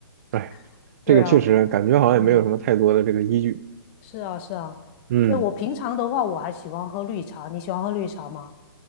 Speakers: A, on the right (about 35°); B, on the left (about 25°).
A: 哎，
B: <laughs> 对啊，
A: 这个确实感觉好像也没有什么太多的这个依据，
B: 嗯，是啊是啊，
A: 嗯
B: 对我平常的话我还喜欢喝绿茶，你喜欢喝绿茶吗？